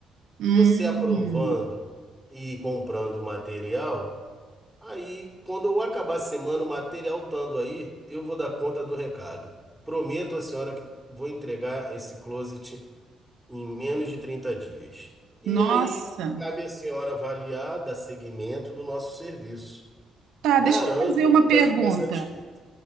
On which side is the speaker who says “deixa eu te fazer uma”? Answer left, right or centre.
Right